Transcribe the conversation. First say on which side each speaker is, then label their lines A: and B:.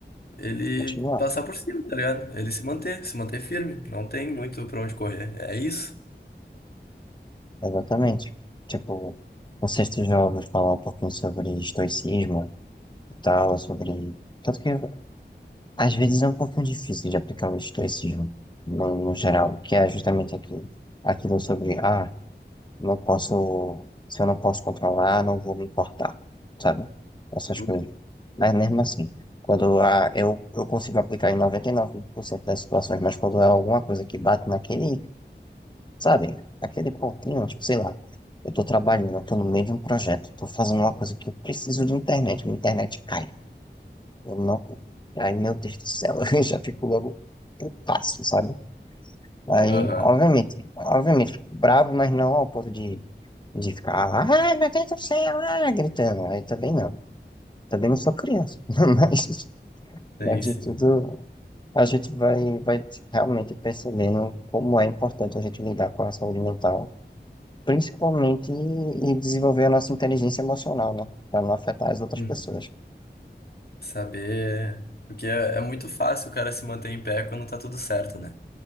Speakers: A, on the left; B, on the left.
A: ele
B: Continuar.
A: passar por cima, tá ligado? Ele se manter, se manter firme. Não tem muito pra onde correr. É isso?
B: Exatamente. Tipo, não sei se tu já ouviu falar um pouquinho sobre estoicismo e tal, sobre. Tanto que às vezes é um pouquinho difícil de aplicar o estoicismo no, no geral, que é justamente aquilo, aquilo sobre ah, Não posso, se eu não posso controlar, não vou me importar, sabe? Essas
A: Uhum.
B: coisas. Mas mesmo assim, quando a, eu, eu consigo aplicar em 99% das situações, mas quando é alguma coisa que bate naquele, sabe? Aquele pontinho, tipo, sei lá, eu tô trabalhando, eu tô no meio de um projeto, tô fazendo uma coisa que eu preciso de internet, minha internet cai. Eu não, aí, meu Deus do céu, <laughs> eu já fico logo putaço, sabe? Aí,
A: Aham,
B: obviamente, obviamente, fico bravo, mas não ao ponto de de ficar lá, ai meu Deus do céu, ah", gritando. Aí também não. Também não sou criança. <laughs> Mas,
A: tem
B: mas
A: sim.
B: de tudo, a gente vai, vai realmente percebendo como é importante a gente lidar com a saúde mental, principalmente e desenvolver a nossa inteligência emocional, né? Para não afetar as outras
A: Uhum.
B: pessoas.
A: Saber. Porque é, é muito fácil o cara se manter em pé quando tá tudo certo, né?